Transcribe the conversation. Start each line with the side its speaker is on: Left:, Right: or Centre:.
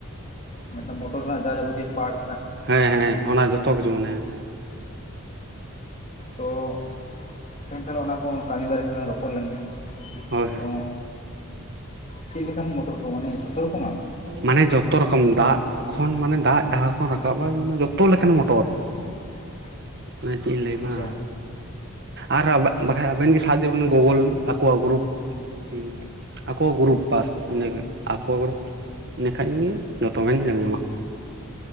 Left: ᱢᱤᱫᱴᱟ ᱢᱚᱴᱚᱨ ᱨᱮᱱᱟᱜ ᱡᱟ ᱡᱟᱵᱚᱛᱤᱭᱚ ᱯᱟᱴ
Right: ᱦᱮᱸ ᱦᱮᱸ ᱚᱱᱟ ᱡᱚᱛᱚ ᱠᱤᱪᱷᱩ ᱢᱮᱱᱟᱭᱟ᱾
Left: ᱛᱚ ᱛᱮᱱ ᱛᱟᱦᱞᱮ ᱚᱱᱟ ᱠᱚᱸ ᱠᱟᱹᱢᱤ ᱵᱟᱨᱮ ᱨᱮ ᱨᱚᱯᱚᱲ ᱞᱮᱱᱜᱮ
Right: ᱦᱳᱭ
Left: ᱛᱚ, ᱪᱮᱫ ᱞᱮᱠᱟᱱ ᱢᱚᱴᱚᱨ ᱠᱚ ᱢᱟᱱᱮ ᱡᱷᱚᱛᱚ ᱨᱚᱠᱚᱢᱟᱜ᱾
Right: ᱢᱟᱱᱮ ᱡᱚᱛᱚ ᱨᱚᱠᱚᱢ ᱫᱟᱜ ᱠᱷᱚᱱ ᱢᱟᱱᱮ ᱫᱟᱜ ᱡᱟᱦᱟᱸ ᱠᱷᱚᱱ ᱨᱟᱠᱟᱵᱟᱭ ᱢᱟᱱᱮ ᱡᱚᱛᱚ ᱞᱮᱠᱟᱱ ᱢᱚᱴᱚᱨ᱾
Left: <inaudible>
Right: ᱚᱱᱟ ᱪᱮᱫ ᱤᱧ ᱞᱟᱹᱭ
Left: ᱟᱪᱪᱷᱟ
Right: ᱢᱟ ᱟᱨ ᱵᱟᱠᱷᱟᱡ ᱟᱵᱮᱱ ᱜᱮ ᱥᱟᱨᱡ ᱵᱮᱱ ᱜᱩᱜᱚᱞ ᱟᱠᱚᱣᱟᱜ ᱜᱨᱩᱯ ᱦᱮᱸ ᱟᱠᱚ ᱜᱨᱩᱨᱩᱯ ᱵᱟᱥ ᱤᱱᱟᱹ ᱜᱮ ᱟᱠᱚ ᱜᱨᱩᱯ᱾ ᱤᱱᱟᱹ ᱠᱷᱟᱱ ᱜᱮ ᱡᱚᱛᱚ ᱵᱮᱱ ᱧᱮᱞ ᱧᱟᱢᱟ᱾